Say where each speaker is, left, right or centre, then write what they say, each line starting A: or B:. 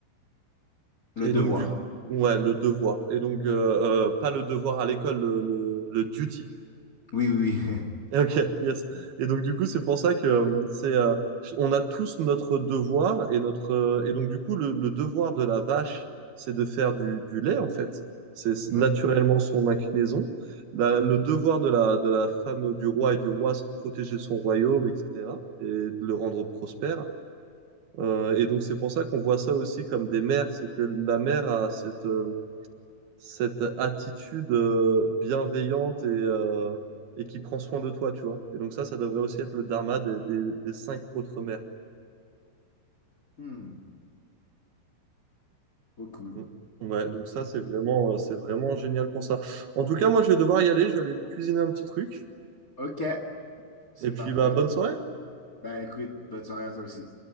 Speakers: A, on the left; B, on the right.
A: Le
B: Et
A: devoir.
B: donc, du ouais, le devoir. Et donc, euh, euh, pas le devoir à l'école, le, le, le duty.
A: Oui, oui, oui. <laughs>
B: <laughs> Et Ok, yes. Et donc du coup, c'est pour ça que euh, c'est, euh, on a tous notre devoir et notre euh, et donc du coup, le, le devoir de la vache, c'est de faire du, du lait en fait. C'est c'est
A: Ouais.
B: naturellement son inclinaison. La- le devoir de la de la femme du roi et du roi, c'est de protéger son royaume, etc. et de le rendre prospère. Euh, et donc c'est pour ça qu'on voit ça aussi comme des mères, c'est que la mère a cette euh, cette attitude euh, bienveillante et, euh, et qui prend soin de toi, tu vois. Et donc ça, ça devrait aussi être le dharma des, des, des cinq autres mères.
A: Hmm, trop cool.
B: Mm. Ouais, donc ça, c'est vraiment, euh, c'est vraiment génial pour ça. En tout cas, moi, je vais devoir y aller, je vais aller cuisiner un petit truc.
A: Ok, c'est
B: Et puis,
A: parfait.
B: bah, bonne soirée.
A: Ben écoute, bonne soirée à toi aussi.